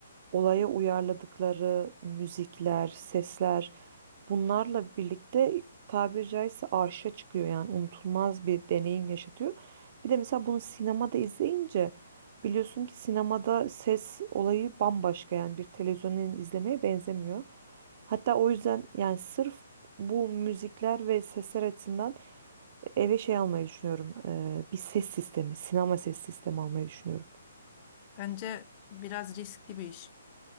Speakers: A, on the right; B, on the left.
A: olaya uyarladıkları müzikler, sesler bunlarla birlikte tabiri caizse arşa çıkıyor yani unutulmaz bir deneyim yaşatıyor. Bir de mesela bunu sinemada izleyince biliyorsun ki sinemada ses olayı bambaşka yani bir televizyonun izlemeye benzemiyor. Hatta o yüzden yani sırf bu müzikler ve sesler açısından eve şey almayı düşünüyorum. eee, bir ses sistemi, sinema ses sistemi almayı düşünüyorum.
B: Bence biraz riskli bir iş.